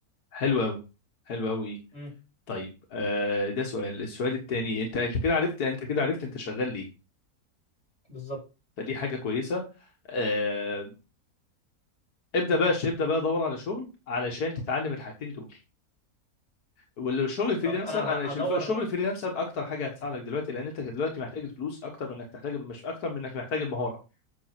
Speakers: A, on the left (about 85°); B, on the left (about 45°).
A: حلو قوي حلو قوي
B: مم.
A: طيب أه ده سؤال السؤال التاني انت انت كده عرفت انت كده عرفت انت شغال ليه
B: بالظبط
A: فدي حاجه كويسه أه ابدا بقى ابدا بقى دور على شغل علشان تتعلم الحاجتين دول والشغل الفريلانسر
B: طب انا
A: انا
B: ه-
A: ش-
B: هدور
A: الشغل الفريلانسر اكتر حاجه هتساعدك دلوقتي لان انت دلوقتي محتاج الفلوس اكتر من انك تحتاج مش اكتر من انك محتاج المهاره